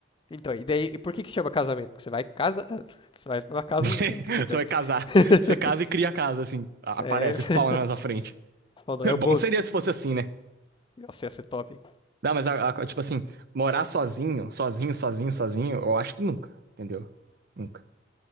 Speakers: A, on the left (about 25°); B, on the right (about 55°).
A: Então, e daí, e por que que chama casamento? Porque você vai casa, você vai pra casa,
B: <laughs> Você
A: não, tô brincando.
B: vai casar,
A: <laughs>
B: você casa e cria a casa, assim, aparece,
A: É, <laughs>
B: spawn na sua frente.
A: falou,
B: <laughs>
A: é o bônus.
B: Bom seria se fosse assim, né?
A: Nossa, ia ser top. hein?
B: Não, mas, a- a- tipo assim, morar sozinho, sozinho, sozinho, sozinho, eu acho que nunca, entendeu? Nunca.